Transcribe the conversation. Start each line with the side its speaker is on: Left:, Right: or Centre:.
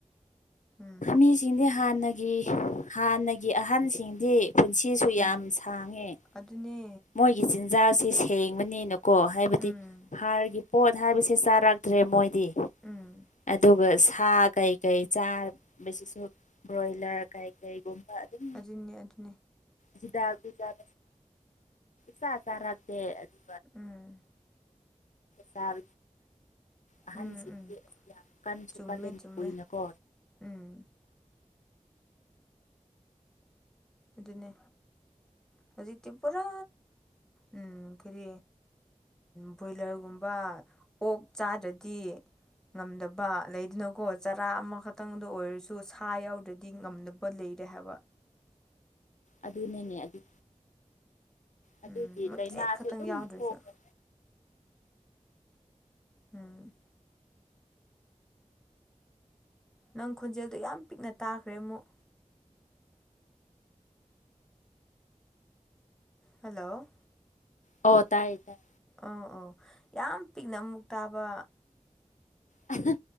Centre: ꯎꯝ
Left: ꯃꯤꯁꯤꯡꯗꯤ ꯍꯥꯟꯅꯒꯤ ꯍꯥꯟꯅꯒꯤ ꯑꯍꯟꯁꯤꯡꯗꯤ ꯄꯨꯟꯁꯤꯁꯨ
Centre: ꯎꯝ
Left: ꯌꯥꯝ ꯁꯥꯡꯉꯦ
Centre: ꯑꯗꯨꯅꯦ
Left: ꯃꯣꯏꯒꯤ ꯆꯤꯟꯖꯥꯛꯁꯤ ꯁꯦꯡꯕꯅꯤ ꯀꯣ ꯍꯥꯏꯕꯗꯤ
Centre: ꯎꯝ
Left: ꯍꯥꯔꯒꯤ ꯄꯣꯠ ꯍꯥꯏꯕꯁꯦ ꯆꯥꯔꯛꯇ꯭ꯔꯦ ꯃꯣꯏꯗꯤ
Centre: ꯎꯝ
Left: ꯑꯗꯨꯒ ꯁꯥ ꯀꯩꯀꯩ ꯆꯥ ꯕꯁꯤꯁꯨ ꯕ꯭ꯔꯣꯏꯂꯔ ꯀꯩ ꯀꯩꯒꯨꯝꯕ ꯑꯗꯨꯝ
Centre: ꯑꯗꯨꯅꯦ ꯑꯗꯨꯅꯤ
Left: ꯍꯤꯗꯥꯛꯗ ꯆ ꯆꯥꯔꯛꯇꯦ ꯑꯗꯨ
Centre: ꯎꯝ
Left: ꯁꯥ ꯑꯍꯟꯁꯤꯡꯗꯤ
Centre: ꯎꯝ ꯎꯝ
Left: ꯌꯥꯝ ꯀꯥꯟꯁꯨ
Centre: ꯆꯨꯝꯃꯦ
Left: ꯀꯟꯂꯦ
Centre: ꯆꯨꯝꯃꯦ
Left: ꯀꯨꯏꯅꯀꯣ
Centre: ꯎꯝ ꯑꯗꯨꯅꯦ ꯍꯧꯖꯤꯛꯇꯤ ꯄꯨꯔꯥ ꯎ ꯀꯔꯤ ꯕꯣꯏꯂꯔꯒꯨꯝꯕ ꯑꯣꯛ ꯆꯥꯗ꯭ꯔꯗꯤ ꯉꯝꯗꯕ ꯂꯩꯗꯅꯀꯣ ꯆꯔꯥ ꯑꯃꯈꯛꯇꯪꯗ ꯑꯣꯏꯔꯁꯨ ꯁꯥ ꯌꯥꯎꯗ꯭ꯔꯗꯤ ꯉꯝꯗ ꯂꯩꯔꯦ ꯍꯥꯏꯕ
Left: ꯑꯗꯨꯅꯤꯅꯦ ꯑꯗꯨ ꯑꯗꯨꯗꯤ
Centre: ꯎꯝ ꯃꯆꯦꯠ
Left: ꯂꯥꯏꯅꯥꯁꯨ
Centre: ꯈꯛꯇꯪ
Left: ꯑꯗꯨꯝ
Centre: ꯌꯥꯎꯗ꯭ꯔꯁꯨ
Left: ꯄꯣꯛꯈ꯭ꯔꯦ
Centre: ꯎꯝ ꯅꯪ ꯈꯣꯟꯖꯦꯜꯗꯣ ꯌꯥꯝ ꯄꯤꯛꯅ ꯇꯥꯈ꯭ꯔꯦ ꯑꯃꯨꯛ ꯍꯜꯂꯣ
Left: ꯑꯣ ꯇꯥꯏꯌꯦ ꯇꯥꯏ
Centre: ꯑ ꯑ ꯌꯥꯝ ꯄꯤꯛꯅ ꯑꯃꯨꯛ ꯇꯥꯕ
Left: ꯑ